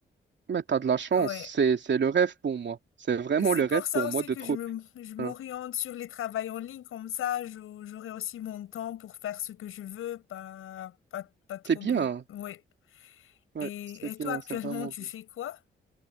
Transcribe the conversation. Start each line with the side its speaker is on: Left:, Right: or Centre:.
Right: Mais t'as de la chance.
Left: ouais.
Right: C'est, c'est le rêve pour moi. C'est vraiment
Left: C'est
Right: le
Left: pour
Right: rêve
Left: ça
Right: pour
Left: aussi
Right: moi de
Left: que
Right: trouver.
Left: je me, je m'oriente
Right: hein.
Left: sur les travails en ligne, comme ça j'au- j'aurai aussi mon temps pour faire ce que je veux, pas, pas, pas trop
Right: C'est
Left: be-
Right: bien. hein.
Left: Oui.
Right: Ouais,
Left: Et,
Right: c'est
Left: et
Right: bien.
Left: toi actuellement
Right: C'est vraiment
Left: tu fais quoi?